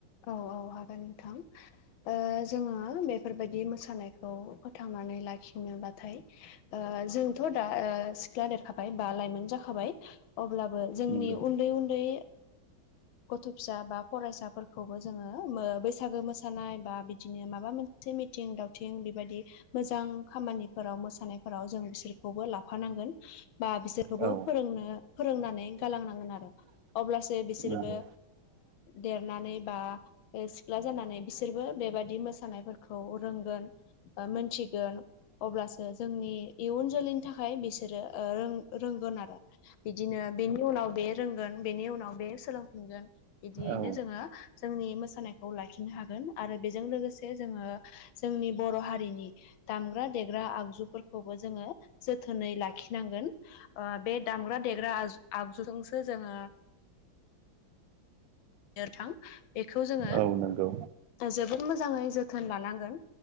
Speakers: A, on the left; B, on the right.
A: औ औ हागोन नोंथां जोङो बेफोरबायदि मोसानायखौ थांनानै लाखिनोबाथाय जोंथ' दा सिख्ला देरखाबाय बा लाइमोन जाखाबाय अब्लाबो जोंनि
B: नंगौ
A: उन्दै उन्दै गथ' फिसा बा फरायसाफोर खौबो जोङो बैसागो मोसानाय बा बिदिनो माबा मोनसे मिथिं दाव थिं बेबायाददि मोजां खामानिफोराव मोसानायफोराव जों बिसोरखौबो लाफानांगोन बा बिसोरखौबो
B: औ
A: फोरोंनो फोरोंनानै गालांनांगोन आरो अब्लासो बिसोरबो
B: नंगौ
A: देरनानै बा सिख्ला जानानै बिसोरबो बेबादि मोसानायफोरखौ रोंगोन आ मन्थिगोन अब्लासो जोंनि इयुन जोलैनि थाखाय बिसोरो रों-रोंगोन आरो बिदिनो बेनि उनाव बे रोंगोन बेनि उनाव बे स सोलोंफिनगोन बिदियैनो
B: औ
A: जोङो जोंनि मोसानायखौ लाखिनो हागोन आरो बेजों लोगोसे जोङो जोंनि बर' हारिनि दामग्रा देग्रा आगजुफोरखौबो जोङो जोथोनै लाख खिनांगोन ओ बे दामग्रा देग्रा आज-आगजुजोंसो जोङो थां बेखौ जोङो
B: औ नंगौ
A: जोबोद मोजाङै जोथोन लानांगोन